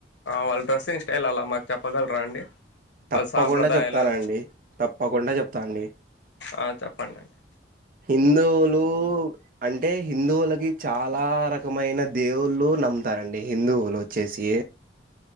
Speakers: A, on the left; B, on the right.
A: వాళ్ళ డ్రెస్సింగ్ స్టైల్ అలా మాకు చెప్పగలరా అండి
B: తప్పకుండా
A: వాళ్ళ సాంప్రదాయాలు
B: చెప్తానండి తప్పకుండా చెప్తాండి
A: ఆ చెప్పండి అండి
B: హిందువులు అంటే హిందువులకి చాలా రకమైన దేవుళ్ళు నమ్ముతారండి, హిందువులు వచ్చేసి